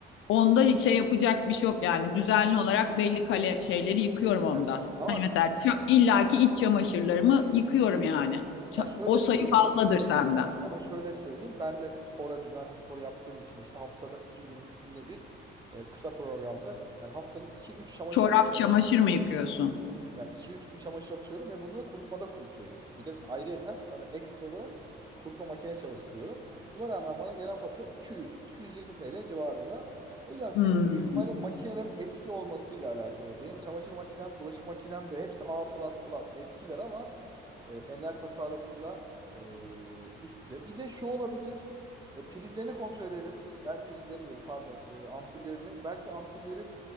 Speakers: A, on the left; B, on the right.
A: onda hiç şey yapacak bir şey yok yani düzenli olarak belli kale şeyleri yıkıyorum onda.
B: Ya ş- ama
A: Hani
B: bak,
A: mesela ça- illaki iç çamaşırlarımı yıkıyorum yani. Ça-
B: ya şöyle
A: o sayı
B: söyleyeyim,
A: fazladır senden.
B: sana şöyle söyleyeyim. Ben de spora, düzenli spor yaptığım için işte haftada iki gün, üç günde bir e, kısa programda yani haftada iki, üç çamaşır
A: Çorap çamaşır mı yıkıyorsun?
B: ya iki üç gün çamaşır atıyorum ve bunları kurutmada kurutuyorum. Bir de ayrıyeten sana ekstra olarak kurutma makine çalıştırıyorum. Buna rağmen bana gelen fatura 200-220 TL civarında. O yüzden senin
A: Hmm.
B: büyük ihtimalle makinelerin eski olmasıyla alakalı. Benim çamaşır makinem, bulaşık makinem de hepsi A++ eskiler ama e, ener tasarrufunda e, üst düzey. Bir de şu olabilir. E, prizlerini kontrol edelim. Ben prizlerini diyorum pardon. E, ampullerini. Belki ampullerin